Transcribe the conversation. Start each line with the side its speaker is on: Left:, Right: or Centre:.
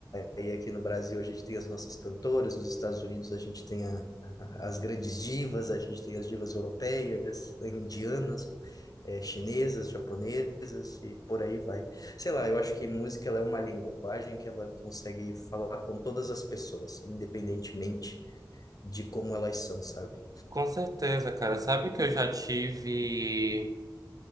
Left: aí aqui no Brasil a gente tem as nossas cantoras, nos Estados Unidos a gente tem a as grandes divas, a gente tem as divas europeias, indianas, eh, chinesas, japonesas e por aí vai. Sei lá, eu acho que música ela é uma linguagem que ela consegue falar com todas as pessoas, independentemente de como elas são, sabe?
Right: Com certeza, cara. Sabe que eu já tive,